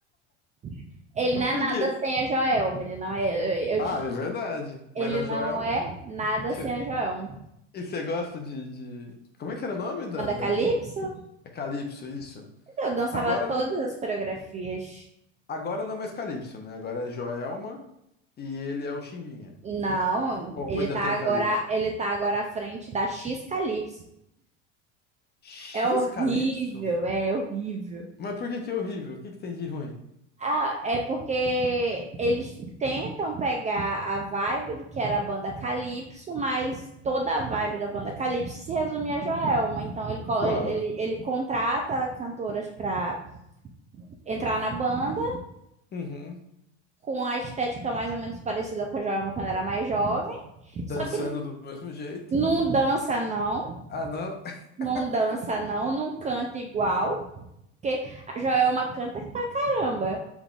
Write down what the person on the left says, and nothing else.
Mas
por
quê?
Ah,
é verdade. Mas
a
Joel. é um-
Cê-
E você gosta de, de. Como é que era o nome da,
da.
É Calypso, isso?
Agora não,
agora não é mais Calypso, né? Agora é Joelma e ele é o Chimbinha.
Ou
ainda
tem o
Calypso?
X
Calypso?
Mas por que que é horrível? O que que tem de ruim?
Claro.
Uhum.
Dançando
do mesmo jeito.
Ah, não. <laughs>